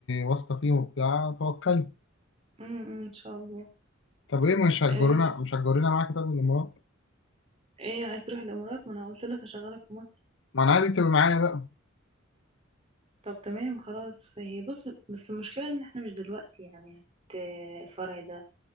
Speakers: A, on the left; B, on the right.
A: واثقة فيهم وبتاع توكلي
B: امم أمم، ان شاء الله
A: طب ايه مش هتجرينا
B: آه.
A: مش هتجرينا معاكي طب الامارات
B: ايه عايز تروح الامارات ما انا قلت لك اشغلك في مصر
A: ما انا عايزك تبقي معايا بقى
B: طب تمام خلاص هي بص بس المشكلة ان احنا مش دلوقتي يعني هت الفرع ده